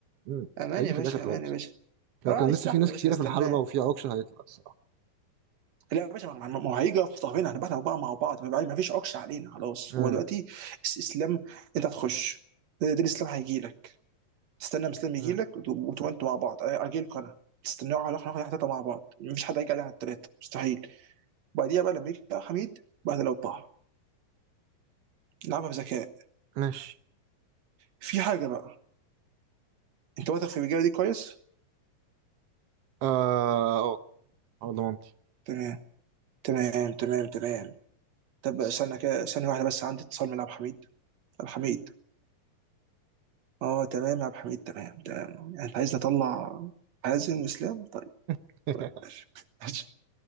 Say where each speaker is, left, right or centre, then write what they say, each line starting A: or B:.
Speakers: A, on the right (about 75°); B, on the right (about 60°).
A: مم.
B: أمان
A: هيجي
B: يا باشا
A: في الاخر خالص
B: أمان يا باشا
A: لو
B: آه
A: كان
B: استحمل
A: لسه في ناس
B: يا باشا
A: كتيره
B: هستناه
A: في الحلبه وفي عكشه هيطلع الصراحه
B: لا يا باشا ما ما- ما هو هيجي يقف في ظهرنا هنبقى احنا بقى مع بعض ما يبقى- ما فيش عكش علينا خلاص
A: مم.
B: هو دلوقتي الس- الاسلام انت هتخش دين الاسلام هيجي لك تستنى الاسلام يجي
A: مم.
B: لك وت- وتبقى انتوا مع بعض أ- اجي لكم انا تستنوا على احنا احنا ثلاثه مع بعض مفيش حد هيجي علينا على الثلاثه مستحيل وبعديها بقى لما يجي بقى حميد بعد لو بقى نلعبها بذكاء
A: ماشي
B: في حاجه بقى انت واثق في الرجاله دي كويس
A: اه اه على ضمانتي
B: تمام تمام تمام تمام طب
A: بس
B: استنى كده ثانيه واحده بس عندي اتصال من عبد الحميد عبد الحميد اه تمام يا عبد الحميد تمام تمام يعني انت عايز اطلع حازم واسلام طيب
A: <laughs>
B: طيب ماشي ماشي